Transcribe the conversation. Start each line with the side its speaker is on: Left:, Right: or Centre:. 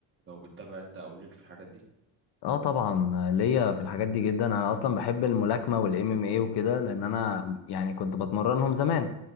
Right: لو بتتابع انت او ليك في الحاجات دي
Left: اه طبعا ليا في الحاجات دي جدا انا اصلا بحب الملاكمه والام ام اي وكده لان انا يعني كنت بتمرنهم زمان